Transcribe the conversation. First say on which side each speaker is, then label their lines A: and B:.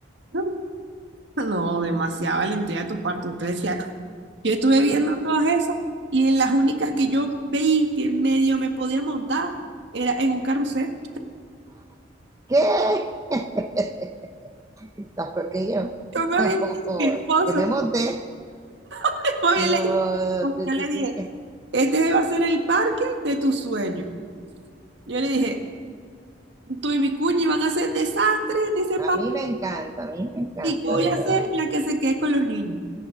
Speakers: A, on the right; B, on the right.
A: No, no, demasiada valentía de tu parte. Entonces decía, yo estuve viendo
B: sí.
A: todas esas y en las únicas que yo veí que medio me podía montar era en un carrusel.
B: ¿Qué? <laughs> ¿Estás peor que yo?
A: Yo me había
B: <laughs>
A: dicho a mi esposo,
B: Yo me monté,
A: <laughs> me había
B: no,
A: le-
B: <laughs>
A: yo le dije, este va a ser el parque de tus sueños. Yo le dije, tú y mi cuñi van a hacer desastres en ese parque
B: A mí me encanta, a mí me encanta,
A: y yo voy
B: de verdad.
A: a ser la que se quede con los niños.